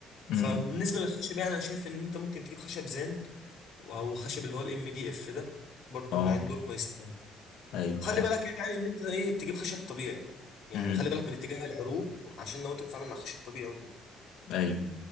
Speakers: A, on the left (about 70°); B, on the left (about 55°).
A: امم
B: فبالنسبه للخشب يعني انا شايف ان انت ممكن تجيب خشب زان او خشب اللي هو الام دي اف ده برضو
A: اه
B: النوعين دول كويسين
A: ايوه
B: خلي
A: حد
B: بالك يعني ان انت ايه تجيب خشب طبيعي يعني
A: امم
B: خلي بالك من اتجاه العروق عشان لو انت بتتعامل مع خشب طبيعي وكده
A: ايوه